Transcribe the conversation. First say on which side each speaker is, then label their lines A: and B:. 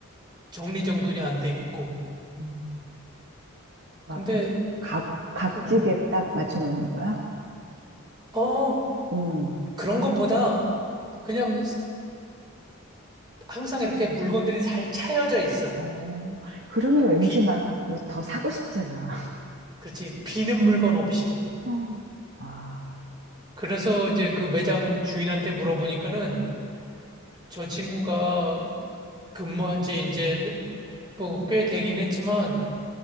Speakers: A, on the right; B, on the right.
A: 정리정돈이 안 돼 있고.
B: 음. 막
A: 근데
B: 각, 각지게
A: 어,
B: 딱 맞춰놓는 거야?
A: 어
B: 음.
A: 그런 것보다 그냥 항상 이렇게 물건들이 잘 차여져 있어.
B: 어, 그러면 왠지
A: 비
B: 막 뭐 더 사고 싶잖아.
A: 그렇지 비는 물건 없이.
B: <laughs> 음. 와,
A: 그래서 이제 그 매장 주인한테 물어보니까는 저 친구가 근무한 지 이제 뭐 꽤 되긴 했지만